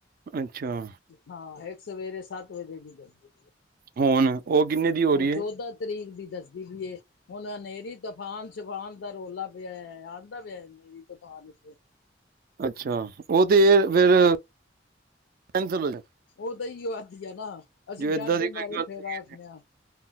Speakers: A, on the right (about 50°); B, on the left (about 85°).
A: ਅੱਛਾ
B: ਹਾਂ ਇੱਕ ਸਵੇਰੇ ਸਤ ਵਜੇ ਦੀ ਦੱਸਦੀ।
A: ਹੁਣ ਉਹ ਕਿੰਨੇ ਦੀ ਹੋ
B: ਉਹ
A: ਰਹੀ
B: ਚੌਦਾਂ
A: ਏ?
B: ਤਰੀਕ ਦੀ ਦੱਸਦੀ ਵੀ ਏ, ਹੁਣ ਹਨੇਰੀ ਤੂਫਾਨ ਸ਼ਫਾਨ ਦਾ ਰੌਲਾ ਪਿਆ ਏ। ਕਹਿੰਦਾ ਵਿਆ ਮੇਰੀ ਦੁਕਾਨ ਉੱਥੇ
A: ਅੱਛਾ, ਉਹ ਤੇ ਫਿਰ ਕੈਂਸਲ
B: ਉਹ ਤਾਂ ਹੀ ਆਦੀ ਆ ਨਾ, ਅਸੀਂ
A: ਜੇ ਏਦਾਂ
B: ਡਰਦੇ
A: ਦੀ ਕੋਈ
B: ਮਾਰੇ
A: ਗੱਲ
B: ਫੇਰ
A: ਹੈਗੀ
B: ਆਖਦੇ ਆਂ।